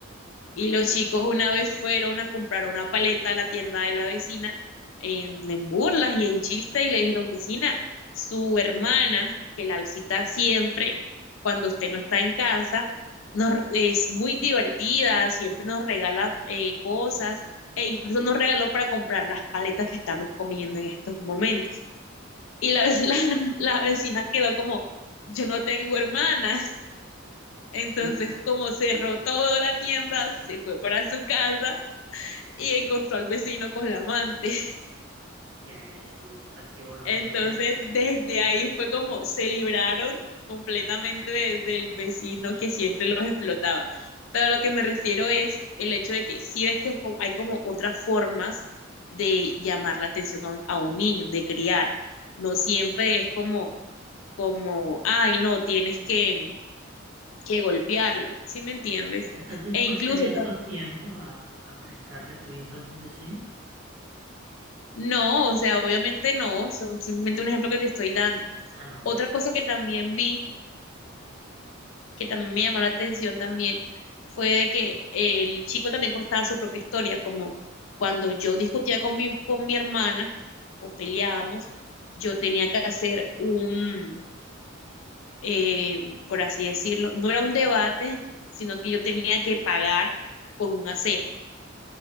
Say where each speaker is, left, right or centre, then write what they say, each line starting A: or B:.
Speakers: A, on the left; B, on the right.
A: Y los chicos una vez fueron a comprar una paleta a la tienda de la vecina en, en burlas y en chiste y le dijeron, vecina, su hermana, que la visita siempre cuando usted no está en casa, nos, es muy divertida, siempre nos regala eh, cosas e incluso nos regaló para comprar las paletas que estamos comiendo en estos momentos. Y la, <laughs> la, la vecina quedó como, yo no tengo hermana. Entonces,
B: Uh, uh,
A: como cerró toda la tienda, se fue para su casa y encontró al vecino con la amante.
B: qué agresivos, pasivos
A: <laughs>
B: los
A: Entonces,
B: muchachos.
A: desde ahí fue como se libraron completamente de- del vecino que siempre los explotaba. Pero lo que me refiero es el hecho de que sí ves que co- hay como otras formas de llamar la atención a un, a un niño, de criar. No siempre es como, como, ay, no, tienes que, que golpearlo, ¿sí me entiendes?
B: ¿Tú estás dispuesta
A: E incluso
B: en estos tiempos a, a prestarle tu hijo a algún vecino?
A: No, o sea, obviamente no, son simplemente un ejemplo que te estoy dando.
B: Ah, no,
A: Otra
B: yo.
A: cosa que también vi, que también me llamó la atención también, fue de que el chico también contaba su propia historia, como cuando yo discutía con mi, con mi hermana o peleábamos, yo tenía que hacer un, eh, por así decirlo, no era un debate, sino que yo tenía que pagar con un aseo,